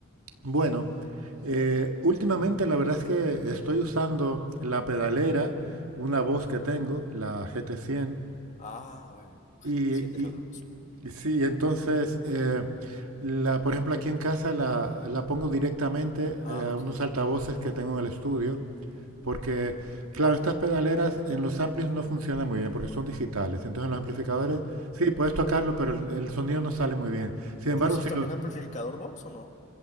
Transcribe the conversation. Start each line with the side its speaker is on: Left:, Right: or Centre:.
Right: Bueno, eh, últimamente la verdad es que estoy usando la pedalera, una voz que tengo, la G T cien
Left: Ah, a ver,
Right: y,
Left: sí, déjala música.
Right: Sí, entonces, eh, la, por ejemplo, aquí en casa la, la pongo directamente
Left: Ah,
Right: eh, a
Left: ok.
Right: unos altavoces que tengo en el estudio, porque, claro, estas pedaleras en los amplis no funcionan muy bien porque son digitales. Entonces, en los amplificadores, sí, puedes tocarlo, pero el, el sonido no sale muy bien. Sin embargo,
Left: ¿Y usas
Right: si
Left: también
Right: lo...
Left: amplificador Vox o no?